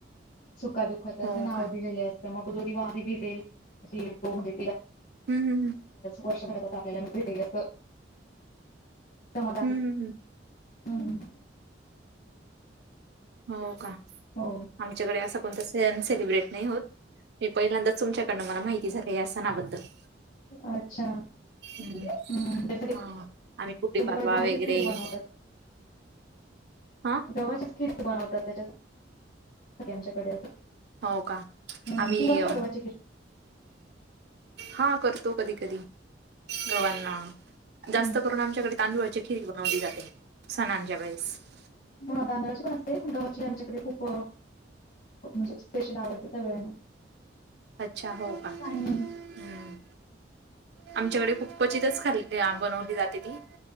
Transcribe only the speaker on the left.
सुंखादुंखाचं असं
नावं
दिलेले असं तरं मंग दो वांह भीसेेल अशी तो म्हणजे
वर्षभरांत आलेला भि असं समजं आहे
हम्म
हो
अच्छा
हम्म त्याच्यासाठी
त्यांच्याकडे
गव्हाचीच
खीर बनवतात.
गवचे खीर बनवतांत त्यांच्या आमच्यांकडे असं
हम्म
तुम्ही बनवता का गव्हाची खीर?
हम्म
हां तांदळाची माजते खंडची आमच्यांकडे खूंप म्हणजे स्पेशल आवडतं सगळ्यांना
<unintelligible>